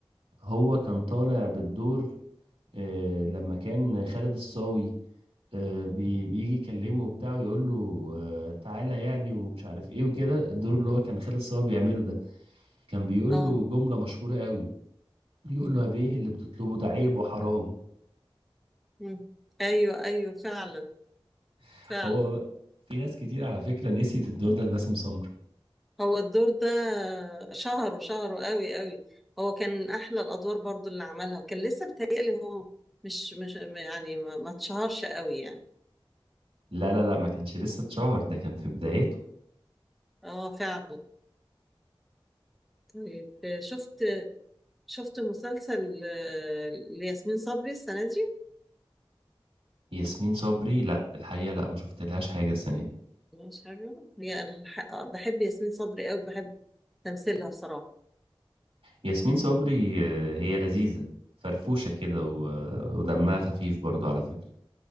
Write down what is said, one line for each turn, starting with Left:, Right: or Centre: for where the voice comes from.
Right: هو كان طالع بالدور آه، لما كان خالد الصاوي آه، بي- بيجي يكلمه وبتاع ويقول له آه، تعالى يعني ومش عارف ايه وكده الدور اللي هو كان خالد صاوي بيعمله ده كان بيقول
Centre: اه
Right: له جملة مشهورة قوي يقول له يا بيه اللي بتطلبه ده عيب وحرام
Centre: مم. ايوه ايوه فعلا
Right: <laughs>
Centre: فعلا
Right: هو بقى في ناس كتير على فكرة نسيت الدور ده لباسم سمر
Centre: هو الدور ده شهره شهره قوي قوي هو كان من احلى الادوار برضو اللي عملها كان لسه بيتهيألي هو مش مش يعني ما ما اتشهرش قوي يعني
Right: لا لا لا ما كانش لسه اتشهر ده كان في بدايته
Centre: اه فعلا طيب شفت شفت مسلسل آه، لياسمين صبري السنة دي
Right: ياسمين صبري لا الحقيقة لا ما شفتلهاش حاجة السنة دي
Centre: مش حاجة هي أنا الحق- آه، بحب ياسمين صبري أوي بحب تمثيلها بصراحة
Right: ياسمين صبري آه، هي لذيذة فرفوشة كده و- ودمها خفيف برضو على فكرة